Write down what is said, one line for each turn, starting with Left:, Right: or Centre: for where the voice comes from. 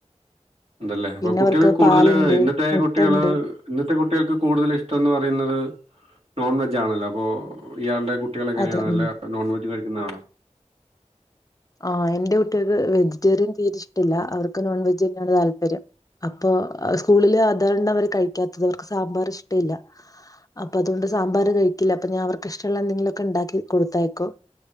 Right: ഇണ്ടല്ലേ അപ്പൊ
Left: പിന്നെ
Right: കുട്ടികൾ
Left: അവർക്ക്
Right: കൂടുതല്
Left: പാലുണ്ട്
Right: ഇന്നത്തെ
Left: മുട്ട
Right: കുട്ടികള്
Left: ഉണ്ട്.
Right: ഇന്നത്തെ കുട്ടികൾക്ക് കൂടുതൽ ഇഷ്ടം എന്ന് പറയുന്നത് നോൺ വെജ് ആണല്ലോ അപ്പോൾ ഇയാള്ടെ കു ട്ടികൾ എങ്ങനെയാണ്
Left: അതെ
Right: നല്ല
Left: ഉം.
Right: നോൺവെജ് കഴിക്കുന്നതാണോ
Left: ആഹ് എന്റെ കുട്ടികൾക്ക് വെജിറ്റേറിയൻ തീരെ ഇഷ്ടില്ല അവർക്ക് നോൺ വെജ് തന്നെയാണ് താല്പര്യം അപ്പൊ സ്കൂളില് അതാണ് അവര് കഴിക്കാത്തത് അവർക്ക് സാമ്പാറ് ഇഷ്ടയില്ല അപ്പൊ അതുകൊണ്ട് സാമ്പാറ് കഴിക്കില്ല അപ്പൊ ഞാ അവർക്ക് ഇഷ്ടള്ള എന്തെങ്കിലൊക്കെ ഇണ്ടാക്കി കൊടുത്തയ്ക്കും